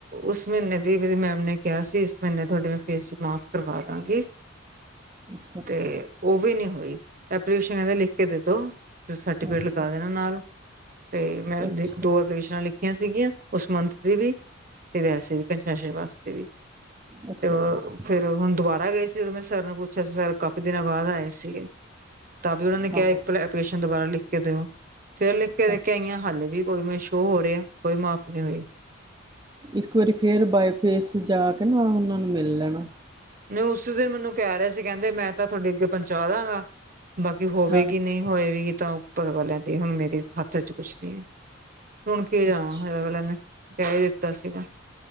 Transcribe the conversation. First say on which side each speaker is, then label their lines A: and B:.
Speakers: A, on the right; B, on the right.
A: ਉਸ ਮੀਨੇ ਦੀਪ ਦੀ ਮੈਮ ਨੇ ਕਿਆ ਸੀ ਉਸ ਮੀਨੇ ਥੋਡੇ ਪੇਸੇ ਮਾਫ਼ ਕਰਵਾਦਾਂਗੀ।
B: ਅੱਛਾ ਅੱਛਾ
A: ਕੇ ਓ ਵੀ ਨੀ ਹੋਈ, ਐਪਲੀਕੇਸ਼ਨ ਕੈਂਦੇ ਲਿਖ ਕੇ ਦੇਦੋ। ਫਿਰ ਸਰਟੀਫਿਕੇਟ
B: ਅੱਛਾ
A: ਲਗਾ ਦੇਨਾ ਨਾਲ। ਤੇ ਮੈਂ
B: ਅੱਛਾ
A: ਦੋ ਐਪਲੀਕੇਸ਼ਨਾਂ ਲਿਖਤੀਆਂ ਸੀਗੀਆਂ ਉਸ ਮੰਥ ਦੀ ਵੀ। ਤੇ ਵੈਸੇ ਵੀ ਕਨਸੈਸ਼ਨ ਵਾਸਤੇ ਵੀ,
B: ਅੱਛਾ
A: ਤੇ ਓ
B: ਅੱਛਾ
A: ਫੇਰ ਹੁਨ ਦੁਬਾਰਾ ਗਏ ਸੀ ਓਦੋਂ ਮੈਂ ਸਰ ਨੂੰ ਪੁੱਛੇਆ ਸੀ ਸਰ ਕਾਫੀ ਦਿਨਾਂ ਬਾਦ ਆਏ ਸੀਗੇ। ਤਾਂ ਵੀ ਓਨਾਂ ਨੇ ਕਿਆ
B: ਹਾਂ
A: ਇੱਕ ਐਪਲੀਕੇਸ਼ਨ ਦੁਬਾਰਾ ਲਿਖ ਕੇ ਦੇਓ, ਫੇਰ ਲਿਖ ਕੇ ਦੇਖ
B: ਅੱਛਾ
A: ਕੇ ਆਈਆਂ ਹਾਲੇ ਵੀ ਉਵੇਂ ਸ਼ੋਅ ਹੋ ਰਿਆ, ਕੋਈ ਮਾਫ਼ ਨੀ ਹੋਈ।
B: ਇੱਕ ਵਾਰੀ ਫੇਰ ਬਾਏਫੇਸ਼ ਜਾ ਕੇ ਨਾ ਓਨਾਂ ਨੂੰ ਮਿਲ ਲੈਨਾ।
A: ਨਈਂ ਉਸ ਦਿਨ ਮੈਨੂੰ ਕੈ ਰਿਆ ਸੀ ਕੈਂਦੇ ਮੈਂ ਤਾਂ ਥੋਡੇ ਅੱਗੇ ਪੋਂਚਾ ਦਾਂਗਾ ਬਾਕੀ ਹੋਵੇਗੀ
B: ਹਾਂ
A: ਨੀ ਨਈਂ ਹੋਏਵੀਗੀ ਤਾਂ ਉੱਪਰ ਵਾਲੇਆ ਦੇ ਹੁਨ ਮੇਰੇ ਹੱਥ ਚ ਕੁਛ ਨੀ ਐ। ਸੁਨ ਕੇ ਜਾਵਾਂ
B: ਅੱਛਾ
A: ਫਿਰ ਅਗਲਿਆ ਨੇ ਕੈ ਈ ਦਿੱਤਾ ਸੀਗਾ।